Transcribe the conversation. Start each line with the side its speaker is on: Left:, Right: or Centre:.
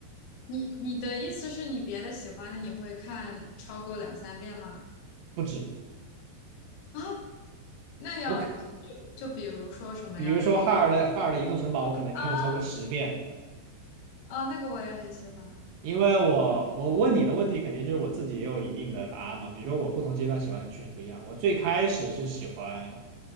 Left: 你你的意思是你别的喜欢的你会看超过两三遍吗？
Right: 不止
Left: <laughs> 啊，那要就就比如说什么样的电影
Right: 我可比如说哈尔的哈尔的移动城堡，我可能看了超过十遍，
Left: 啊啊，那个我也很喜欢，
Right: 因为我我问你的问题，肯定就是我自己也有一定的答案嘛。比如说我不同阶段喜欢的确实不一样。我最开始是喜欢